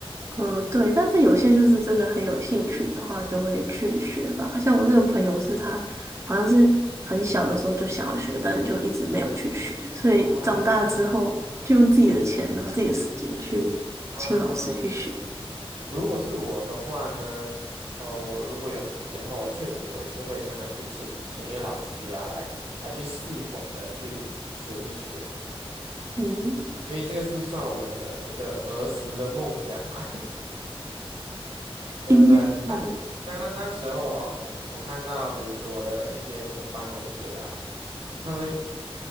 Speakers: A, on the right (about 30°); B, on the right (about 80°).
A: 嗯、对，但是有些就是真的很有兴趣的话，就会去学吧。像我那个朋友是他，好像是很小的时候就想要学，但是就一直没有去学，所以长大之后就用自己的钱，
B: 啊，
A: 然后自己的时间去请老师去学。
B: 啊！如果是我的话呢，呃，我如果有时间的话，我确实我也是会想要去请请一个老师啊，来来去系统的去学一学，
A: 嗯，
B: 因为这个是算我们的一个儿时的梦想嘛。真的，
A: 音乐梦。
B: 你当当那那时候啊，
A: 哦
B: 我我看到，比如说我的一些同班同学啊，他们